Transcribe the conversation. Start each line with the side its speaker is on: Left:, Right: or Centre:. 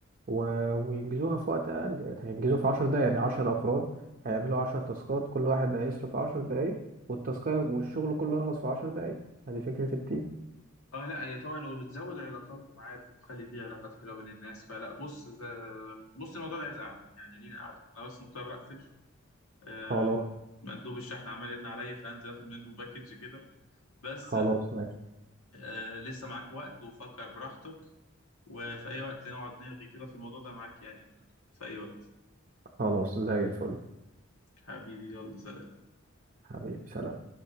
Right: و... وينجزوها في وقت أقل يعني هينجزوا في عشر دقايق يعني عشر أفراد هيعملوا عشر تاسكات كل واحد هيصرف عشر دقايق والتاسكاية والشغل كله يخلص في عشر دقايق هذه فكرة التيم
Left: اه لا هي طبعا وبتزود العلاقات ومعارف وبتخلي فيه علاقات حلوة بين الناس فلا بص ز- بص الموضوع ده عايز قعدة يعني لينا قعدة أنا بس مضطر أقفل آه،
Right: خلاص
Left: مندوب الشحن عمل لنا عليا فأنزل آخد منه باكج كده بس
Right: خلاص ماشي
Left: آه لسه معاك وقت وفكر براحتك وفي أي وقت نقعد نرغي كده في الموضوع ده معاك يعني في أي وقت
Right: خلاص زي الفل
Left: حبيبي يلا سلام
Right: حبيبي سلام